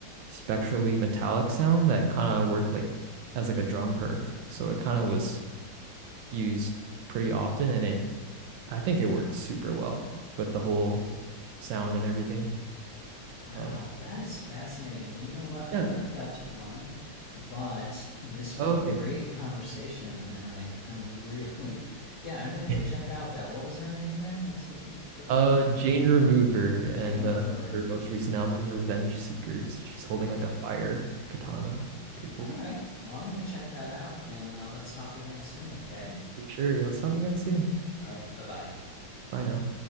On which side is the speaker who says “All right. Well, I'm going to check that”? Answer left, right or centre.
Left